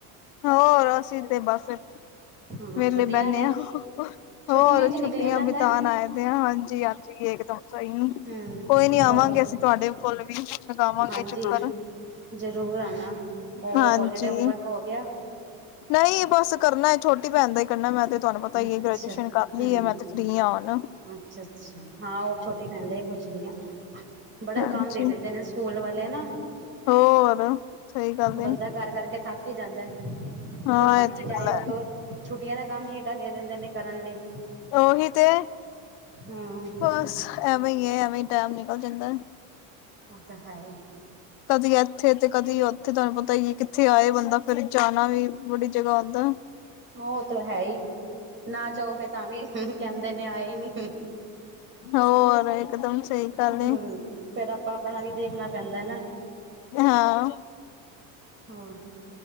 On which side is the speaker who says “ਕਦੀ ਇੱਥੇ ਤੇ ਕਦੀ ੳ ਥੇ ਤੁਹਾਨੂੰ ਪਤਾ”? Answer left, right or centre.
Left